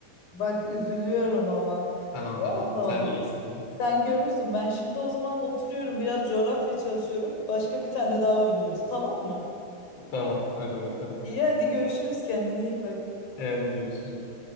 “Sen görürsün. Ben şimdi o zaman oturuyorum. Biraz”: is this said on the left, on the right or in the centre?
Left